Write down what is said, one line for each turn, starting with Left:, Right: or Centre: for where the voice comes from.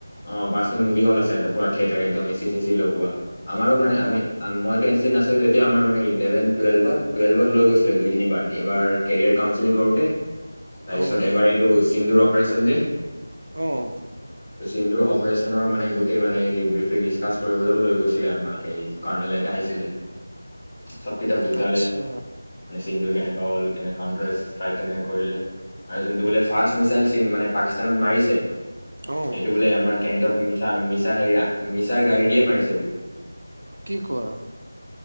Left: অ পাৰ্চনেল মুভি হল আছে সিহঁতৰ পুৰা থিয়েটাৰ একদম এ চি চে চি লগোৱা আমাৰো মানে
Right: বাহ।
Left: আমি মই এতিয়া এ চি আছে যেতিয়া আমাৰ মানে ইলেভেন টুৱেলভত টুৱেলভত লৈ গৈছিলে দুই তিনিবাৰ এবাৰ কেৰিয়াৰ কাউনচেলিং কৰোতে তাৰপিছত
Right: অ',
Left: এবাৰ এইটো এইটো সিন্দু ৰপ পেছেঞ্জী
Right: অহ
Left: ত' চিনধুৰ অপাৰচনৰ মানে গোটেই মানে ব্ৰিফলি ডিচকাচ কৰিবলৈও লৈ গৈছিলে আমাক এই কৰ্ণেল এটা আহিছিলে চবকেইটা বুজালে
Right: আচ্ছা
Left: সিন্দুৰ কেনেকুৱা হ'ল কেনে কাউণ্টাৰ ষ্টাইক কেনেকে কৰিলে আৰু যোনটো বোলে ফাৰ্ষ্ট মিচাইল চিন মানে পাকিস্তানত মাৰিছে
Right: অ',
Left: এইটো বোলে আমাৰ কেনটক মিছা মিছা হেৰি মিছাৰ গাড়ী দিয়ে মাৰিছে বোলে
Right: কি কোৱা